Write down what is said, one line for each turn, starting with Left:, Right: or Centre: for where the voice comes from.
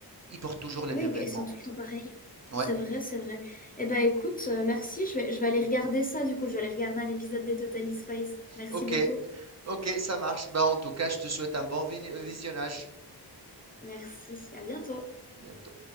Right: ils portent toujours les
Left: Oui,
Right: mêmes vêtements.
Left: ils sont tout le temps pareils.
Right: Ouais,
Left: C'est vrai, c'est vrai. Eh ben écoute, euh, merci. Je vais, je vais aller regarder ça du coup. Je vais aller regarder un épisode des Totally Spies. Merci
Right: ok,
Left: beaucoup.
Right: ok, ça marche. Bah, en tout cas, je te souhaite un bon vi- visionnage.
Left: Merci. À bientôt.
Right: À bientôt.